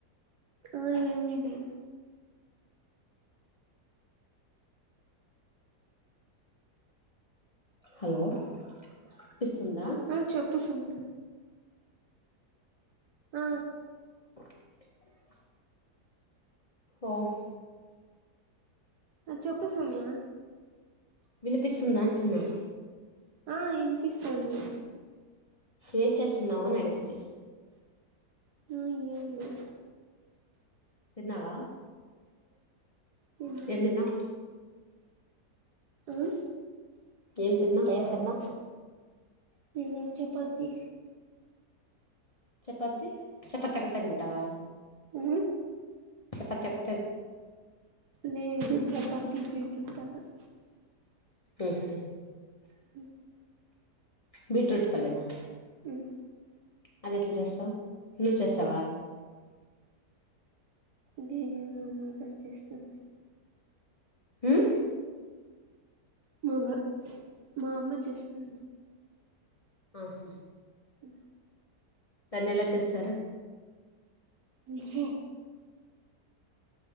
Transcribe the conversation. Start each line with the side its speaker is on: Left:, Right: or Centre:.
Right: ఆ ఏమిడి
Left: హలో వినిపిస్తుందా
Right: ఆ చెప్పు సౌమ్య ఆ
Left: <inaudible> ఓహ్
Right: ఆ చెప్పు సౌమ్య
Left: వినిపిస్తుందా? అంటున్నా
Right: ఆ ఇనిపిస్తుంది.
Left: ఏం చేస్తున్నావ్ అని అడిగితి
Right: ఆ ఏంలే.
Left: తిన్నావా?
Right: తిన్నా
Left: ఏం తిన్నావ్?
Right: ఉమ్
Left: ఏం తిన్నావ్
Right: ఏం తిన్నావ్? తినే చపాతి
Left: చపాతి చపాతి ఒకటే తింటావా?
Right: ఆ
Left: చపాతి ఒక్
Right: లేదు చపాతి బీట్ రూట్ పల్లెమ్
Left: ఉహుం
Right: ఉమ్
Left: బీట్ రూట్ పల్లెమా
Right: ఉమ్
Left: అది ఎట్లా చేస్తవ్ నువ్వు చేస్తావ
Right: అది మామ్మగారు చేస్తుంది.
Left: హుమ్
Right: మావ్వ మా అమ్మ చేస్తుంది.
Left: ఆహుం
Right: ఉమ్
Left: దాన్ని ఎలా చేస్తారు?
Right: మీ హే